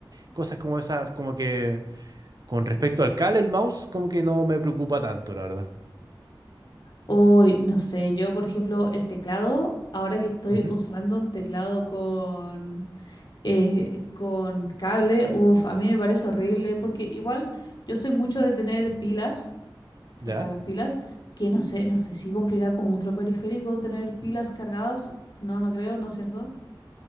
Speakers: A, on the right; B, on the left.
A: cosas como esas, como que con respecto al cable, el mouse, como que no me preocupa tanto, la verdad.
B: Uy, no sé, yo por ejemplo el teclado, ahora que estoy
A: Ujú,
B: usando un teclado con, eh, con cable, uff, a mí me parece horrible porque igual yo soy mucho de tener pilas,
A: ¿Ya?
B: o sea, las pilas, que no sé, no sé si cumplirá como otro periférico tener pilas cargadas, no, no creo, ¿no es cierto?